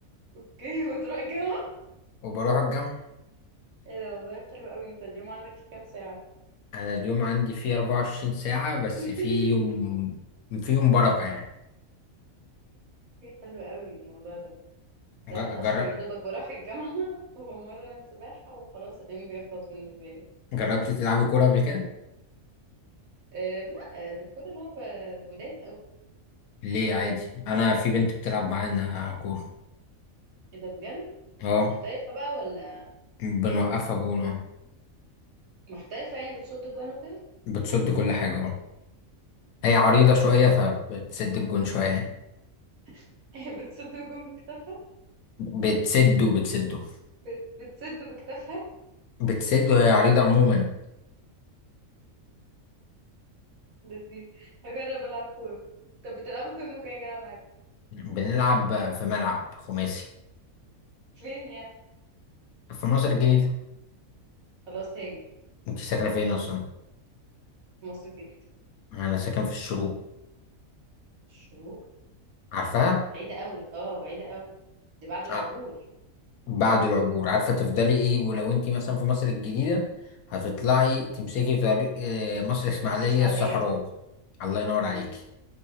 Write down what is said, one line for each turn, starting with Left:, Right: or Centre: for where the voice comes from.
Right: اوكي وتروح الجامعة
Left: وبروح الجامعة
Right: ايه ده والله حلو قوي طب اليوم عندك فيه كام ساعة <laughs>
Left: أنا اليوم عندي فيه 24 ساعة بس
Right: اوكي
Left: فيهم فيهم بركة يعني
Right: حلو قوي الموضوع ده لا
Left: ج-
Right: انا اصلا
Left: جر...
Right: يا دوبك بروح الجامعة <laughs> وبمرن سباحة وخلاص اليوم بيخلص بالنسبة لي
Left: جربت تلعبي كورة قبل كده؟
Right: أه لا آه، الكورة لعبة ولاد قوي
Left: ليه عادي أنا في بنت بتلعب معانا كورة
Right: كده بجد
Left: أه
Right: ومحترفة بقى ولا
Left: بنوقفها جون أه
Right: محترفة يعني بتصد الجوان وكده
Left: بتسد كل حاجة أه هي عريضة شوية فبتسد الجون شوية يعني
Right: <laughs> هي بتصد الجون بكتافها
Left: بتسد وبتسده
Right: بت- بتصد بكتافها
Left: بتسد وهي عريضة عموما
Right: لذيذ هجرب العب كورة طب بتلعبوا فين ممكن اجي العب معاك
Left: بنلعب في ملعب خماسي
Right: فين يعني
Left: في مصر الجديدة
Right: خلاص هاجي
Left: انت ساكنة فين أصلا؟
Right: في مصر الجديدة
Left: انا ساكن في الشروق
Right: الشروق
Left: عارفاها
Right: بعيدة قوي اه بعيدة قوي دي بعد العبور
Left: آه، بعد العبور عارفه تفضلي ايه ولو انت مثلا في مصر الجديده هتطلعي
Right: مم.
Left: تمسكي طريق آه، مصر اسماعيليه
Right: مصر اسماعيلية
Left: الصحراوي الله ينور
Right: مم.
Left: عليكي